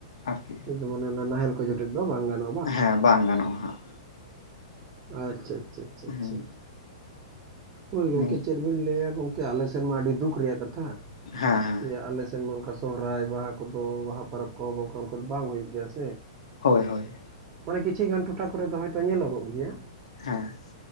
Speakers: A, on the left (about 90°); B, on the right (about 30°).
A: ᱟᱨᱠᱤ
B: ᱡᱮᱢᱚᱱ ᱚᱱᱟ ᱱᱟᱦᱮᱞ ᱠᱚ ᱡᱚᱴᱮᱫ ᱫᱚ ᱵᱟᱝ ᱜᱟᱱᱚᱜᱼᱟ
A: ᱦᱮᱸ ᱵᱟᱝ ᱜᱟᱱᱚᱜᱼᱟ ᱦᱟᱸᱜ
B: ᱟᱪᱪᱷᱟ ᱟᱪᱪᱷᱟ ᱟᱪᱪᱷᱟ ᱟᱪᱪᱷᱟ
A: ᱦᱩᱸ
B: ᱦᱳᱭ ᱜᱚᱝᱠᱮ
A: ᱦᱮᱸ
B: ᱪᱮᱫ ᱵᱤᱱ ᱞᱟᱹᱭᱟ ᱜᱚᱝᱠᱮ ᱟᱞᱮ ᱥᱮᱱ ᱢᱟ ᱟᱹᱰᱤ ᱫᱩᱠ ᱨᱮᱭᱟᱜ ᱠᱟᱛᱷᱟ
A: ᱦᱮᱸ ᱦᱮᱸ
B: ᱡᱮ ᱟᱞᱮ ᱥᱮᱱ ᱢᱟ ᱚᱱᱠᱟ ᱥᱚᱨᱦᱟᱭ ᱵᱟᱦᱟ ᱠᱚᱫᱚ ᱵᱟᱦᱟ ᱯᱚᱨᱚᱵᱽ ᱠᱚᱦᱚᱸ ᱚᱱᱠᱟ ᱚᱱᱠᱟ ᱫᱚ ᱵᱟᱝ ᱦᱩᱭᱩᱜ ᱜᱮᱭᱟ ᱥᱮ
A: ᱦᱳᱭ ᱦᱳᱭ
B: ᱢᱟᱱᱮ ᱠᱤᱪᱷᱤ ᱜᱟᱱ ᱴᱚᱴᱷᱟ ᱠᱚᱨᱮ ᱫᱚ ᱦᱚᱭᱛᱳ ᱧᱮᱞᱚᱜᱚᱜ ᱜᱮᱭᱟ
A: ᱦᱮᱸ